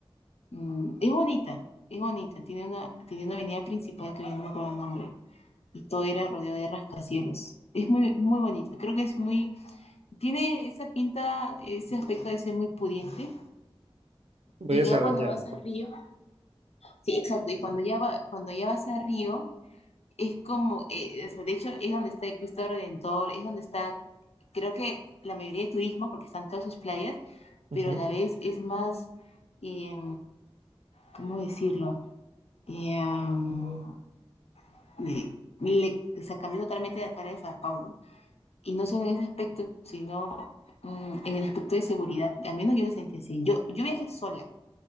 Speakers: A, on the left (about 80°); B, on the right (about 80°).
A: mm, es bonita, es bonita. Tiene una, tiene una avenida principal que ya no me acuerdo el nombre y todo era rodeado de rascacielos. Es muy, muy bonita. Creo que es muy Tiene esa pinta, ese aspecto de ser muy pudiente.
B: muy
A: Y
B: desarrollado.
A: que ya cuando vas a Río, sí, exacto, y cuando ya, va, cuando ya vas a Río, es como, eh, o sea, de hecho, es donde está el Cristo Redentor, es donde está, creo que la mayoría de turismo, porque están todas sus playas,
B: Ujú.
A: pero a la vez es más, eh, ¿cómo decirlo? Eh, um, le, le- o sea, cambió totalmente la cara de Sao Paulo. Y no solo en ese aspecto, sino mm, en el aspecto de seguridad. Al menos yo lo sentí así. Yo, yo viajé sola